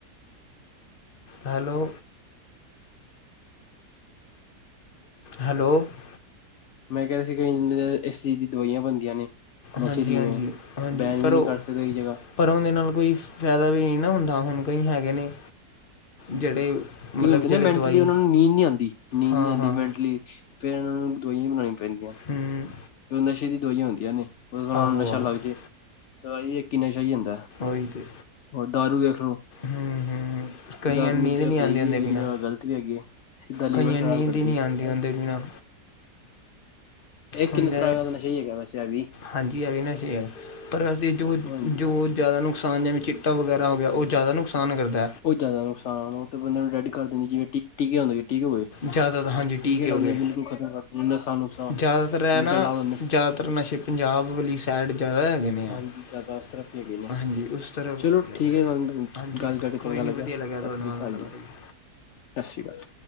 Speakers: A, on the left (about 40°); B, on the left (about 65°).
A: ਹੈਲੋ ਹੈਲੋ ਅ
B: ਮੈਂ ਕਿਆ ਸੀ, ਕਿ ਇਨ ਅ ਇਸ ਚੀਜ਼ ਦੀ ਦਵਾਇਆਂ ਬਣਦੀਆਂ ਨੇ। ਨਸ਼ੇ
A: ਹਾਂਜੀ
B: ਦੀ
A: ਹਾਂਜੀ
B: ਵੇਂਂ,
A: ਹਾਂਜੀ
B: ਬੈਨ
A: ਪਰ
B: ਵੀ ਨਹੀਂ
A: ਉਹ
B: ਕਰ ਸਕਦੇ ਇੱਕ ਜਗ੍ਹਾ
A: ਪਰ ਉਹਨੰਦੇ ਨਾਲ ਕੋਈ ਫਾਇਦਾ ਵੀ ਨਹੀਂ ਨੀ ਨਾ ਹੁੰਦਾ, ਹੁਣ ਕਈ ਹੈਗੇ ਨੇ ਜਿਹੜੇ ਮਤਲਬ
B: ਕਈ ਹੁੰਦੇ
A: ਜਿਹੜੇ
B: ਨੇ ਮੈਂਟਲੀ
A: ਦਵਾਈ
B: ਉਹਨਾ ਨੂੰ ਨੀਂਦ ਨਹੀਂ ਆਂਦੀ, ਨੀਂਦ
A: ਹਾਂ
B: ਨਹੀਂ ਆਂਦੀ
A: ਹਾਂ
B: ਮੈਂਟਲੀ ਫਿਰ ਇਹਨਾਂ ਨੂੰ ਦਵਾਈਆਂ ਬਣਾਉਣੀ ਪੈਂਦੀਆਂ।
A: ਹਮ।
B: ਫਿਰ ਨਸ਼ੇ ਦੀ ਦਵਾਇਆਂ ਹੁੰਦੀਆਂ ਨੇ। ਉਹਧੋ ਤੋਂ ਉਹਨਾ
A: ਆਹੋ
B: ਨੂੰ ਨਸ਼ਾ
A: ਆਹੋ
B: ਲੱਗ ਜਏ, ਦਵਾਈ ਵੀ ਇੱਕ ਹੀ ਨਸ਼ਾ ਹੀ ਹੁੰਦਾ ਹੈ।
A: ਉਹੀ ਤੇ
B: ਹੋਰ, ਦਾਰੂ ਵੇਖ ਲੋ
A: ਹੂੰ ਹੂੰ ਕਈਆਂ
B: ਦਾਰੂ
A: ਨੂੰ ਨੀਂਦ
B: ਇੱਕ ਜਗ੍ਹਾ
A: ਨਹੀਂ
B: ਸਹੀ
A: ਆਉਂਦੀ
B: ਵੀ
A: ਉਹਦੇ
B: ਹੈਗੀ
A: ਬਿਨਾਂ
B: ਹੈ, ਇੱਕ ਜਗ੍ਹਾ ਗ਼ਲਤ ਵੀ ਹੈਗੀ ਹੈ, ਸਿੱਧਾ ਲੀਵਰ
A: ਕਈਆਂ
B: ਖ਼ਰਾਬ
A: ਨੂੰ ਨੀਂਦ
B: ਕਰਦੀ
A: ਹੀ ਨਹੀਂ ਆਉਂਦੀ ਉਹਦੇ
B: ਏ।
A: ਬਿਨਾਂ
B: ਇਹ
A: ਹੁਣ
B: ਕਿੰਨੇ
A: ਜਿਵੇਂ
B: ਤਰ੍ਹਾਂ ਦਾ ਨਸ਼ਾ ਹੀ ਹੈਗਾ ਵੈਸੇ ਵੀ।
A: ਹਾਂਜੀ, ਇਹ ਵੀ ਜਾਦਾ ਨਸ਼ੇ ਆ ਕ ਪਰ ਅਸੀਂ ਜੋ
B: ਹਾਂਜੀ
A: ਜੋ ਜ਼ਿਆਦਾ ਨੁਕਸਾਨ ਜਿਵੇਂ ਚਿ ਟਾ ਵਗੈਰਾ ਹੋ ਗਿਆ, ਉਹ ਜ਼ਿਆਦਾ ਨੁਕਸਾਨ ਕਰਦੇ।
B: ਉਹ ਜ਼ਿਆਦਾ ਨੁਕਸਾਨ ਉਹ ਤੇ ਬੰਦੇ ਨੂੰ ਡੈਡ ਕਰ ਦੇਣੀ ਚਾਹੀਏ ਟੀ ਟਿ ਟੀਕੇ ਹੁੰਦਾ ਟੀ ਹੋਏ ਟੀਕੇ <unintelligible>
A: ਜ਼ਿਆਦਾਤਰ ਹਾਂਜੀ ਟੀਕ
B: ਲਾਂਦੇ
A: ਹੋ ਗਏ।
B: ਬਿਲਕੁਲ ਖਤਮ ਕਰ ਦਿੰਦੇ ਨਸਾਂ ਨੁਸਾਂ
A: ਜ਼ਿਆਦਾਤਰ ਹੈ
B: ਉਲਟਾ
A: ਨਾ
B: ਲਾ ਦਿੰਦੇ
A: ਜ਼ਿਆਦਾਤਰ ਨਸ਼ੇ ਪੰਜਾਬ ਵਾਲੀ ਸਾਈਡ ਜ਼ਿਆਦਾ ਹੈਗੇ ਨੇ,
B: ਹਾਂਜੀ
A: ਆ
B: ਜ਼ਿਆਦਾ ਅਸਰਫੀ ਹੈਗੇ ਨੇ
A: ਹਾਂਜੀ ਉਸ ਤਰ੍ਹਾਂ
B: ਚਲੋ
A: ਜ਼ਿਆਦਾ
B: ਠੀਕ
A: ਹੈ। ਹਾਂਜੀ।
B: ਗੱਲ ਕਰਕੇ
A: ਕੋਈ
B: ਚੰਗਾ
A: ਨਹੀਂ
B: ਲੱਗਿਆ,
A: ਵਧੀਆ
B: ਸਤਿ
A: ਤੁਹਾਡੇ
B: ਸ੍ਰੀ
A: ਨਾਲ
B: ਅਕਾਲ
A: ਗੱਲ
B: ਜੀ -ਸਤਿ
A: ਕਰਕੇ
B: ਸ਼੍ਰੀ ਅਕਾਲ।